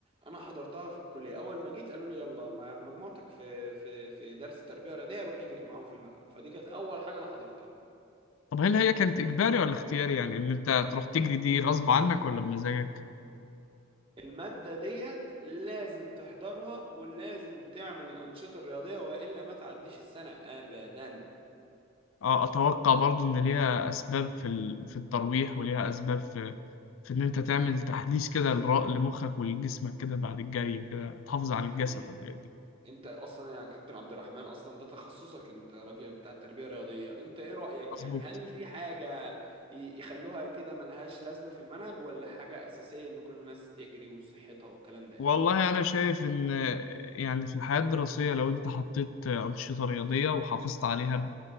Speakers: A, on the right (about 25°); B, on the left (about 80°).
A: انا حضرتها في الكلية اول ما جيت قالوا لي يلا مع- مجموعتك في في في درس تربية رياضية روح اجري معاهم في الملعب فدي كانت اول حاجة انا حضرتها
B: طب هل هي كانت اجباري ولا اختياري يعني ان انت تروح تجري دي غصب عنك ولا بمزاجك
A: المادة ديت لازم تحضرها ولازم تعمل الأنشطة الرياضية وإلا ما تعديش السنة أبدا
B: اه اتوقع برضو ان ليها اسباب في ال... في الترويح وليها اسباب في في ان انت تعمل تحديث كده لرا- لمخك ولجسمك كده بعد الجري وكده تحافظ
A: يعني
B: على الجسد والحاجات دي
A: انت اصلا يا كابتن عبد الرحمن اصلا ده تخصصك انت راجل بتاع التربيه الرياضيه انت ايه رايك
B: مظبوط
A: يعني هل دي حاجه ي- يخلوها كده ملهاش لازمه في المنهج ولا حاجه اساسيه ان كل الناس تجري وصحتها والكلام ده يعني
B: والله أنا شايف إن يعني في الحياة الدراسية لو أنت حطيت أنشطة رياضية وحافظت عليها